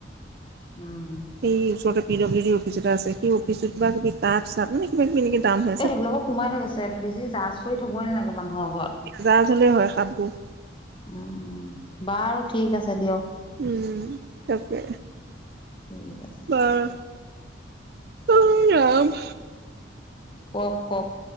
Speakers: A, on the left; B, on the right.
A: উম
B: এই ওচৰতে পি ডব্লিউ অফিচ এটা আছে। সেইঅফিচত কিবা কিবি কাম চাপ নেকি কিবা কিবি এনেকে দাম হয়।
A: এই সেইবিলাকত সোমাই থাকে, ছেট বেছি জাজ কৰি থবই নালাগে মানুহৰ ঘৰত
B: জাজ হলেই হয়, সাপবোৰ
A: উম উম, বাৰু ঠিক আছে দিয়ক
B: উম তাকে,
A: ঠিক আছে
B: বাৰু অই ৰাম
A: কুৱক কোৱক